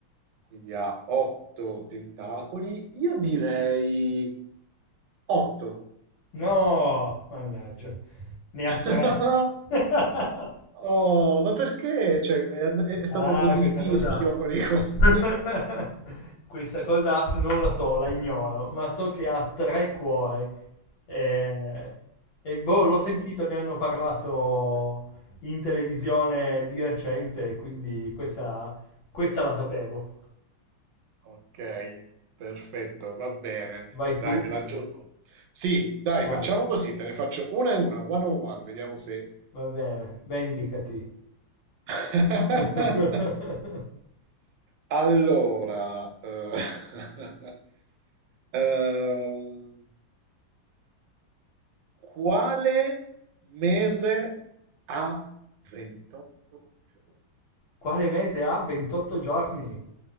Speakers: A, on the right (about 70°); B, on the left (about 80°).
A: quindi ha otto tentacoli. Io direi otto.
B: No, mannaggia, ne ha
A: <laughs>
B: tre. <laughs>
A: Oh, ma perché? Cioè, è, and- è stato
B: Ah,
A: così
B: questa
A: tirchio
B: cosa...
A: con i cuori.
B: <laughs> Questa cosa non la so, la ignoro, ma so che ha tre cuori. Eh, E, boh, l'ho sentito,
A: <laughs>
B: ne hanno parlato in televisione di recente, quindi questa, questa la sapevo.
A: Ok, perfetto, va bene.
B: Vai
A: Dai,
B: tu?
A: me la gioco. Sì, dai,
B: Vai,
A: facciamo così, te ne faccio una e una, one on one, vediamo se...
B: va bene,
A: eh.
B: vendicati.
A: <laughs>
B: <laughs>
A: Allora, eh, <laughs> ehm, quale mese ha 28 giorni?
B: Quale mese ha 28 giorni?